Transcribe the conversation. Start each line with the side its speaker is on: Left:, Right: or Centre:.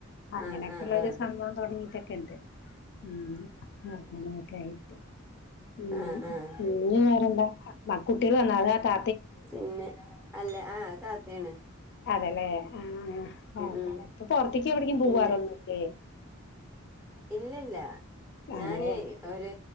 Left: അങ്ങനെയൊക്കെയുള്ളൊരു
Centre: ആഹ് ആഹ് ആഹ്
Left: സംഭവം തുടങ്ങീട്ടൊക്കെ ഇണ്ട്. ഉം അങ്ങനെയൊക്കായിട്ട് ഉം
Centre: ആഹ് ആഹ്
Left: പിന്ന് വേറെന്താ അ മ് കുട്ടിയേൾ വന്നോ അതാ ആ താ
Centre: പിന്നെ അല്ല ആഹ് താത്തേണ്
Left: അതെല്ലെ ആഹ് അതാണെ
Centre: ഉം
Left: ഇപ്പൊ പൊറത്ത്യ്ക്ക് എവിട്ക്കും പോവാറൊന്നുംല്ലേ
Centre: പിന്നെ ഇല്ലല്ല ഞാന്
Left: അതെ
Centre: ഒരു